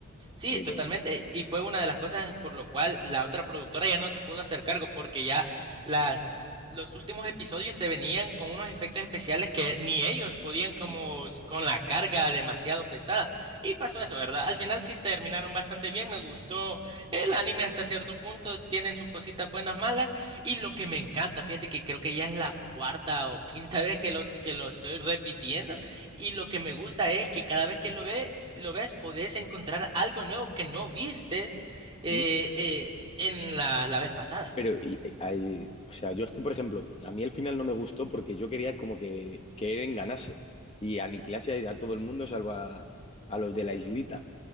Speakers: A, on the right; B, on the left.
A: Sí,
B: Pero...
A: totalmente. Y fue una de las cosas por lo cual la otra productora ya no se pudo hacer cargo porque ya las, los últimos episodios se venían con unos efectos especiales que ni ellos podían como
B: no,
A: s- con la carga demasiado pesada. Y pasó eso, ¿verdad? Al final sí terminaron bastante bien, me gustó el anime hasta cierto punto, tienen sus cositas buenas, malas. Y lo que me encanta, fíjate que creo que ya es la cuarta o quinta <laughs> vez que lo, que lo estoy repitiendo. Y lo que me gusta es que cada vez que lo ve, lo ves, podés encontrar algo nuevo que no vistes eh,
B: no,
A: eh, en la, la vez pasada.
B: Pero, y, y- hay- o sea, yo es que, por ejemplo, a mí el final no me gustó porque yo quería como que, que Eren ganase y aniquilase a, a todo el mundo salvo a, a los de la islita.